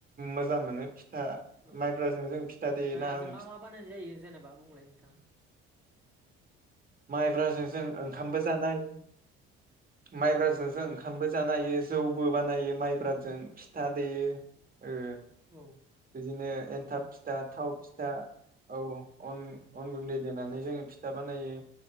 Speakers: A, on the right; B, in the centre.
A: मोजां मोनो। थां
B: औ
A: माइब्राजों जों फिथा देयोना
B: माइब्राजों
A: ओं
B: मा मा बानायनाय जायो जेनेबा बुंलाय नोंथां। <unintelligible>
A: माइब्राजों जों ओंखामबो जानो हायो। माइब्राजों
B: औ
A: जों ओंखाम बो जानोहायो जौबो बानायो माइब्राजों फिथा देयो। ओ
B: औ
A: बिदिनो एन्थाब फिथा थाव फिथा औ अन
B: औ
A: अन गुन्दै देनानै जोङो फिथा बानायो।